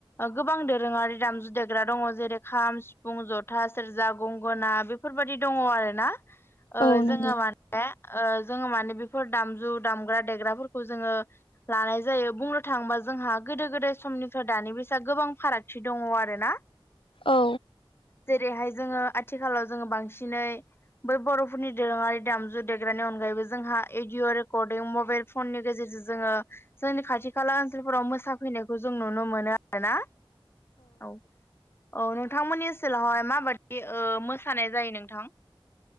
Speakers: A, on the left; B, on the left.
A: गोबां दोरोङारि दाम जुदेग्रा दङ जेरै खाम सिफुं जथा सेरजा गंगोना बेफोरबायाददि दङ आरो ना ओ
B: औ नंगौ
A: जोङो माने ओ जोङो माने बेफोर दामजु दामग्रा देग्राफोरखौ जोङो लानाय जायो बुंनो थाङोबा जोंहा गोदो गोदाय समनिफ्राय दानि बैसागुआ गोबां फारागथि दङ आरो ना
B: औ
A: जेरैहाय जोङो आथिखालाव जोङो बांसिनै बै बर'फोरनि दोरोङारि दामजु देग्रानि अनगायैबो जोंहा एडिय' रेकरदिं मबाइल फननि गेजेरजों जोङो जोंनि खाथि खाला ओनसोलफोराव मोसाफैनायखौ जों नुनो मोनो मोनो आरो ना औ औ नोंथांमोननि ओनसोलावहाय माबादि ओ मोसानाय जायो नोंथां